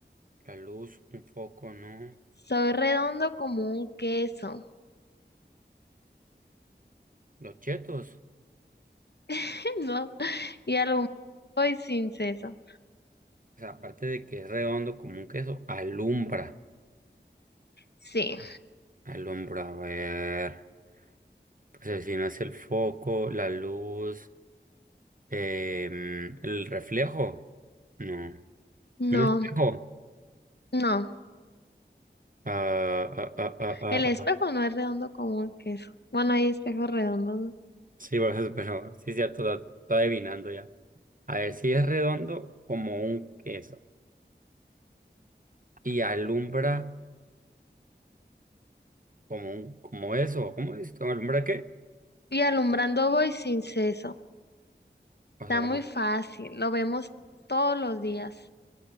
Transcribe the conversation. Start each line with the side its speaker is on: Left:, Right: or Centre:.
Right: La luz, un foco, no.
Left: Soy redondo como un queso.
Right: Los chetos.
Left: <laughs> No, y alumbra voy sin ceso.
Right: O sea, aparte de que es redondo como un queso, alumbra.
Left: Sí,
Right: Alumbra, a ver. Pues el si no es el foco, la luz, em, el reflejo. No.
Left: no,
Right: ¿Un espejo?
Left: no.
Right: Ah, ah, ah, ah,
Left: El espejo
Right: ah,
Left: no es redondo como un queso. Bueno, hay espejos redondos, ¿no?
Right: Sí, por eso, pero sí, cierto, está estoy adivinando ya. A ver, si es redondo como un queso y alumbra como un, como eso, ¿cómo es? ¿Cómo alumbra qué?
Left: Y alumbrando voy sin ceso.
Right: O
Left: Está
Right: sea, como
Left: muy fácil, lo vemos todos los días.